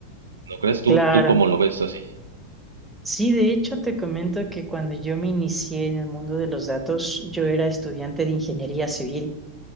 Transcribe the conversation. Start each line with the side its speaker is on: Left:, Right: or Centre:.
Right: ¿No crees?
Centre: Claro.
Right: ¿Tú, tú cómo lo ves así?
Centre: Sí, de hecho te comento que cuando yo me inicié en el mundo de los datos, yo era estudiante de ingeniería civil.